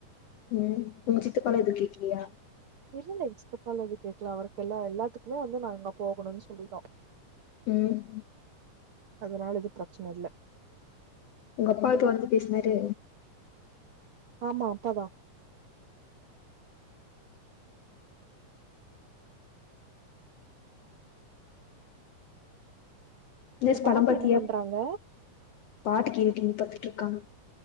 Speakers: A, on the left; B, on the right.
A: ம் உங்க சித்தப்பாலா எது கேக்குலியா
B: இல்லல்ல எங்க சித்தப்பாலா ஏது கேக்கல அவருக்கு எல்லா எல்லாத்துக்குமே வந்து நா அங்க போகணுன் சொல்லிட்டோ
A: ம்
B: அதனால இது ப்ரச்சன இல்ல
A: உங்க அப்பாட்ட வந்து பேசினரு
B: ஆமா அப்பாதா
A: பில்ஸ்
B: உங்க
A: படம்பத்தியா
B: பாட்டி என்ன பண்றாங்க
A: பாட்டு கெட்டின் பத்துட்ருக்காங்க